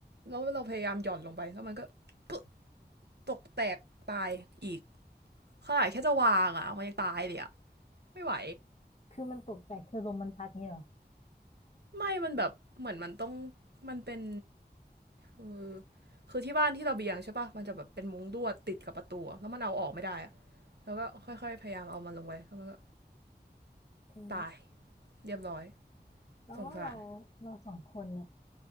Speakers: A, on the right; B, on the left.
A: แล้วเราพยายามหย่อนลงไปแล้วมันก็ปึ๊ะตกแตกตายอีกขนาดแค่จะวางอะมันยังตายเลยอะไม่ไหว
B: คือมันตกแต่คือลมมันพัดนี่หรอ
A: ไม่มันแบบเหมือนมันต้องมันเป็นคือคือที่บ้านที่ระเบียงใช่ปะมันจะแบบเป็นมุ้งลวดติดกับประตูแล้วมันเอาออกไม่ได้อะแล้วก็ค่อยๆพยายามเอามันลงไปแล้วมันก็
B: คือ
A: ตายเรียบร้อย
B: เราว่าเรา
A: สงสาร
B: เราสองคนเนี่ย